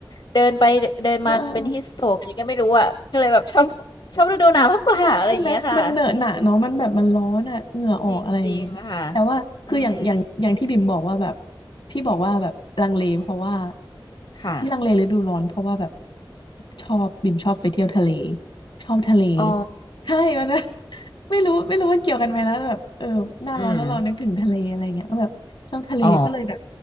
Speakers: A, on the left (about 65°); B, on the left (about 85°).
A: เดินไปเดินมาเป็นฮิสโตรกอะไรก็ไม่รู้อ่ะก็เลยแบบชอบ
B: อ่า
A: ชอบฤดูหนาวมากกว่าอะไรอย่างเงี้ยค่ะ
B: ใช่ไหมมันเหนอะหนะเนาะมันแบบมันร้อนอะเหงื่อออกอะไรอย่างเงี้ยแต่ว่าคืออย่างอย่างอย่างที่บิ่มบอกว่าแบบ
A: จริงๆค่ะอืม
B: ที่บอกว่าแบบลังเลเพราะว่า
A: ค่ะ
B: ที่ลังเลฤดูร้อนเพราะว่าแบบชอบบิ่มชอบไปเที่ยวทะเลชอบทะเล
A: อ๋อ
B: ใช่มันนะ <laughs> ไม่รู้ไม่รู้มันเกี่ยวกันไหมนะแต่แบบเออหน้าร้อนแล้วเรานึกถึงทะเลอะไรเงี้ยก็แบบชอบทะเลก็เลยแบบ
A: อืมอ๋อ